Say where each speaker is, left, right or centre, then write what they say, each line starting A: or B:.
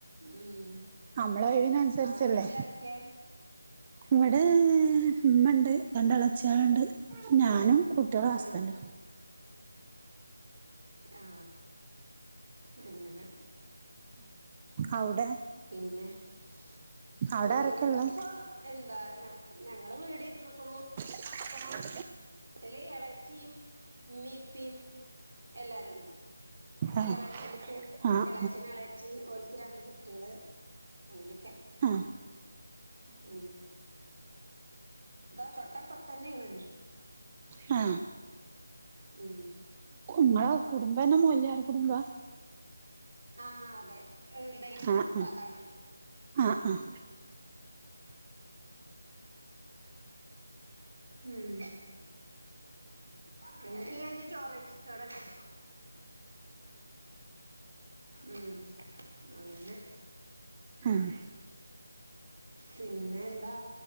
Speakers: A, on the right (about 65°); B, on the right (about 20°).
A: ഉം
B: നമ്മള കഴിവിനനുസരിച്ചല്ലേ.
A: അവിടെ വീട്ടിലാരൊക്കെ
B: ഇവിടെ
A: ഉം
B: ഇമ്മണ്ട് രണ്ട് ഇളച്ചിയളുണ്ട് ഞാനും കുട്ടിയളും ഹസ്ബൻറും.
A: ആഹ് ആ അങ്ങനെ
B: അവ്ടെ
A: പിന്നെ <unintelligible>
B: അവിടെ ആരൊക്കെള്ളെ
A: ഇവിടപ്പോഎന്താ ഞങ്ങ ഞങ്ങളവീട് ഇര്ന്നക്ണു.
B: <inaudible>
A: ട്ടില് ഇളച്ചിയും മീപ്പിയും എല്ലാരുണ്ട്.
B: ആഹ്
A: എളച്ചൻക്ക്
B: ആഹ്
A: എളച്ചന് ഇള ച്ചി ഓല്ക്ക് രണ്ട് കുട്ടിയള് അങ്ങനെക്കെ.
B: അ
A: ഉം താ തൊട്ടപ്പുറത്തന്നെയാണ്
B: ആ
A: ഉം
B: ഇങ്ങള കുടുംബന്നെ മോല്യാർ കുടുംബ
A: ആ അതെ എന്താ ഇപ്പ
B: ആഹ്
A: ഉസ്താതാണ്
B: ആഹ് ആഹ് ആഹ്
A: ഉം പിന്നെ എല്ലാഞ്ഞ ചോറ്ഴിച്ചിട്ടോടൊക്കെ ഉം അങ്ങനെ
B: ആഹ്
A: പിന്നെന്താ